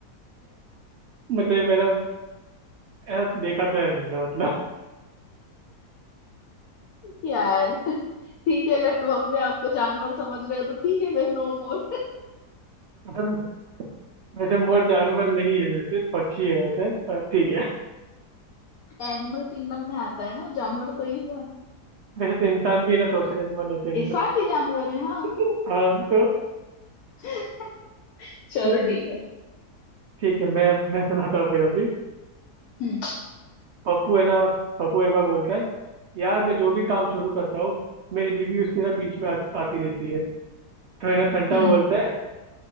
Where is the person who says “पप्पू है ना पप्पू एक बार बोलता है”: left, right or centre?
Right